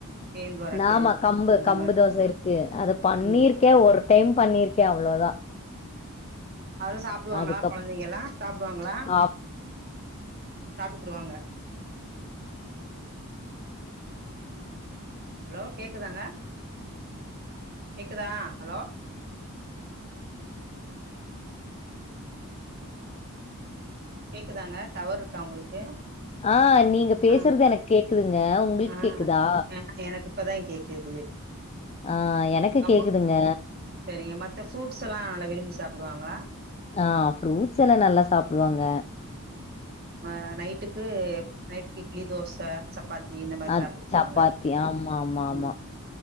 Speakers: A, on the right; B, on the left.
A: கேழ்வரகு
B: நாம கம்பு
A: அந்த
B: கம்பு
A: மாரி
B: தோச இருக்கு அத பண்ணிருக்கே
A: ம்
B: ஒரு டைம் பண்ணிருக்கே அவ்ளோதா
A: அதெல்லா சாப்டுவாங்களா
B: அதுக்கப்
A: குழந்தைங்கலா சாப்டுவாங்களா
B: ஆ
A: சாப்டுக்குறுவாங்க ஹலோ கேக்குதாங்க கேக்குதா ஹலோ கேக்குதாங்க டவர் இருக்கா உங்களுக்கு
B: ஆ நீங்க பேசுறது
A: ஆ
B: எனக்கு கேக்குதுங்க உங்ளுக்கு
A: ஆ
B: கேக்குதா
A: ஆ எனக்கு இப்பதா கேக்குது
B: ஆ எனக்கு
A: கம்பு
B: கேக்குதுங்க
A: சரிங்க மத்த ஃப்ரூட்ஸ்ல்லா நல்லா விரும்பி சாப்டுவாங்களா
B: ஆ ஃப்ரூட்ஸ் எல்லா நல்லா சாப்டுவாங்க
A: ஆ நைட்டுக்கு நைட்டுக்கு இட்லி தோச சப் ப்பாத்தி இந்த மாரி
B: அ
A: சாப்டுக்குவாங்க
B: சப்பாத்தி ஆமா ஆமா ஆமா
A: ம்